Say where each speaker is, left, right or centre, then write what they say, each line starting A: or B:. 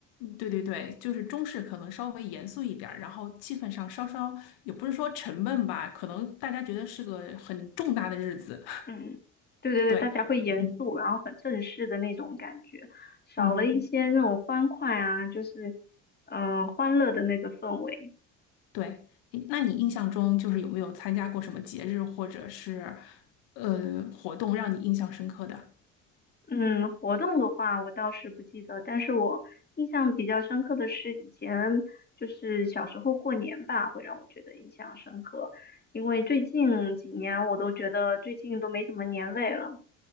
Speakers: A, on the left; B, on the left.
A: 对对对，就是中式可能稍微严肃一点儿然后气氛上稍稍也不是说沉闷吧，可能大家觉得是个很重大的日子。
B: 嗯，对对对，
A: <laughs> 对，
B: 大家会严肃，
A: 嗯
B: 然后很正式的那种感觉，少了一些那种欢快啊，
A: 嗯，
B: 就是，嗯、呃欢乐的那个氛围。
A: 对。诶那你印象中就是有没有参加过什么节日或者是呃活动让你印象深刻的？
B: 嗯，活动的话我倒是不记得，但是我印象比较深刻的是以前就是小时候过年吧，会让我觉得印象深刻，因为最近几年我都觉得最近都没什么年味了。